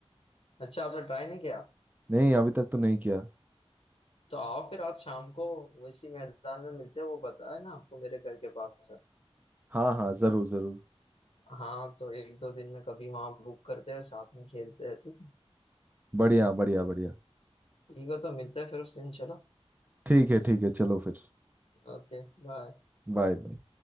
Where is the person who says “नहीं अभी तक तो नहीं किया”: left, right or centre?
Right